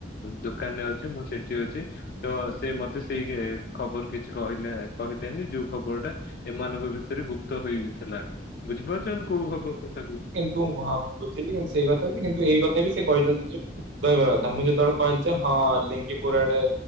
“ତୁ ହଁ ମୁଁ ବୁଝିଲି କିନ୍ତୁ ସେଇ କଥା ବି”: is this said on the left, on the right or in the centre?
Right